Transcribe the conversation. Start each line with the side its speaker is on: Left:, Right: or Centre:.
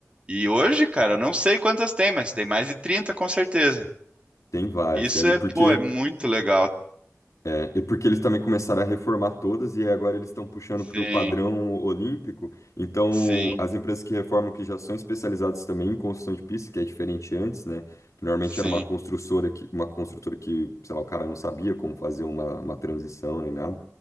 Right: E hoje, cara, eu não sei quantas tem, mas tem mais de 30 com certeza.
Left: tem várias,
Right: Isso
Left: cara. E
Right: é,
Left: porque,
Right: pô, é muito legal.
Left: é, e porque eles também começaram a reformar todas e agora eles estão puxando
Right: Sim,
Left: para o padrão olímpico. Então,
Right: sim,
Left: as empresas que reformam que já são especializadas também em construção de pista, que é diferente antes, né? Que normalmente
Right: sim.
Left: era uma construtora que, uma construtora que, sei lá, o cara não sabia como fazer uma, uma transição nem nada.